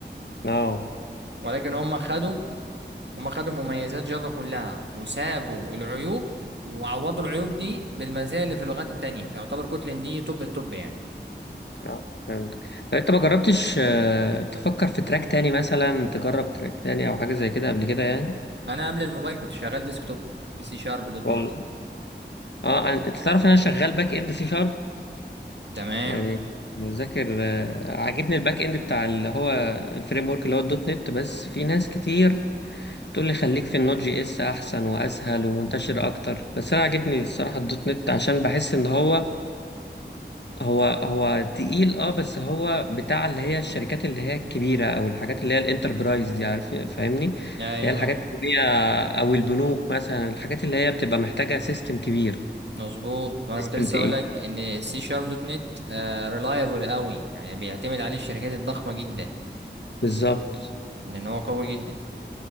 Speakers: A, on the left (about 70°); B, on the right (about 70°).
A: آه.
B: ولكن هم خدوا هم خدوا مميزات جافا كلها وسابوا العيوب وعوضوا العيوب دي بالمزايا اللي في اللغات التانية فيعتبر كوتلين دي توب التوب يعني
A: اه فهمت طب انت ما جربتش آه، تفكر في تراك تاني مثلا تجرب تراك تاني او حاجه زي كده قبل كده يعني
B: انا قبل الموبايل كنت شغال ديسكتوب بسي شارب دوت
A: والله
B: نت
A: اه أنا- انت تعرف ان انا شغال باك اند سي شارب
B: تمام
A: يعني بذاكر آه، عاجبني الباك اند بتاع اللي هو الفريم ورك اللي هو الدوت نت بس في ناس كتير تقول لي خليك في النوت جي اس احسن واسهل ومنتشر اكتر بس انا عاجبني الصراحه الدوت نت عشان بحس ان هو هو هو تقيل اه بس هو بتاع اللي هي الشركات اللي هي الكبيرة او الحاجات اللي هي الانتربرايز دي عارف فاهمني اللي
B: ايوه
A: هي الحاجات اللي هي او البنوك مثلا الحاجات اللي هي بتبقى محتاجة سيستم كبير
B: مظبوط وانا
A: سيستم
B: كنت لسه
A: تقيل
B: اقول لك ان السي شارب دوت نت آه ريلايبل قوي يعني بيعتمد عليه الشركات الضخمة جدا
A: بالظبط
B: لان هو قوي جدا